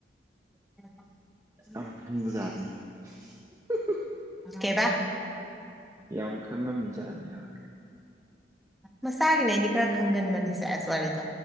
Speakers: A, in the centre; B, on the right (about 20°).
A: <unintelligible>
B: <unintelligible> ꯈꯟꯕꯖꯥꯅꯤꯅꯦ <unintelligible>
A: ꯀꯩꯕꯥ꯫
B: ꯌꯥꯝ ꯈꯪꯉꯝꯃꯤ ꯖꯥꯠꯅꯤ ꯍꯥꯏꯕ꯫
A: ꯃꯁꯥꯒꯤꯅꯦ ꯑꯩꯗꯤ ꯈꯔ ꯈꯪꯒꯟꯕꯅꯦꯁꯦ ꯑꯦꯁ ꯋꯥꯔꯤꯗꯣ